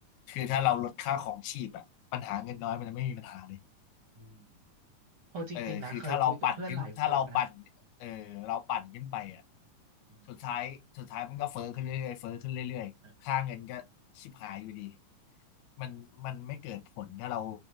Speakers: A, on the left; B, on the right.
A: คือถ้าเราลดค่าของชีพอะปัญหาเงินน้อยมันจะไม่มีปัญหาเลย
B: อืม เออจริงๆนะเคยคุยกับเพื่อนหลายคนนะ
A: เออคือถ้าเราปั่นขึ้นถ้าเราปั่นเออเราปั่นขึ้นไปอ่ะ
B: อืม
A: สุดท้ายสุดท้ายมันก็เฟ้อขึ้นเรื่อยๆเฟ้อขึ้นเรื่อยๆค่าเงินก็ชิบหายอยู่ดี
B: เออ
A: มันมันไม่เกิดผลถ้าเรา